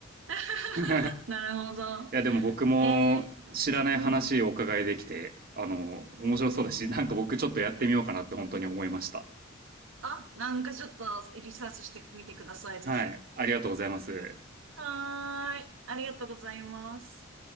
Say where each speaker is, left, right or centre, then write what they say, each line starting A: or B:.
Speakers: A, on the right; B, on the right.
A: <laughs>
B: <laughs>
A: なるほど。
B: いや、でも僕も知らない話をお伺いできて、
A: <laughs> ええ、うん、
B: あの、面白そうだし、
A: うん。うん
B: なんか僕ちょっとやってみようかなって本当に思いました。
A: あ、なんかちょっとリサーチしてみてください、ぜひ。
B: はい。ありがとうございます。
A: はーい。ありがとうございます。